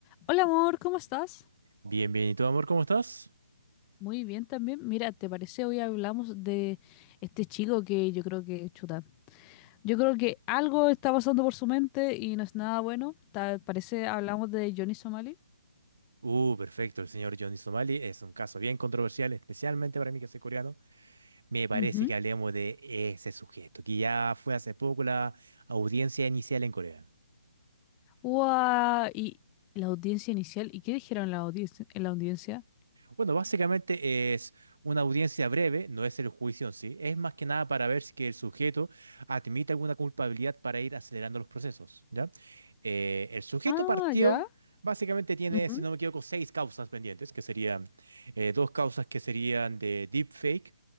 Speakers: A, on the left (about 20°); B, on the right (about 75°).
A: Hola amor, ¿cómo estás?
B: Bien, bien. ¿Y tú, amor, cómo estás?
A: Muy bien también. Mira, ¿te parece hoy hablamos de este chico que yo creo que chuta? Yo creo que algo está pasando por su mente y no es nada bueno. ¿Te parece hablamos de Johnny Somali?
B: Uh, perfecto. El señor Johnny Somali es un caso bien controversial, especialmente para mí que soy coreano. Me parece
A: Ujú.
B: que hablemos de ese sujeto, que ya fue hace poco la audiencia inicial en Corea.
A: ¡Guau! Y la audiencia inicial. ¿Y qué dijeron en la audiencia? En la audiencia?
B: Bueno, básicamente es una audiencia breve, no es el juicio en sí, es más que nada para ver si que el sujeto admite alguna culpabilidad para ir acelerando los procesos, ¿ya? Eh, el sujeto
A: Ah,
B: partió,
A: ya.
B: básicamente tiene,
A: Ujú,
B: si no me equivoco, seis causas pendientes, que serían eh, dos causas que serían de deepfake,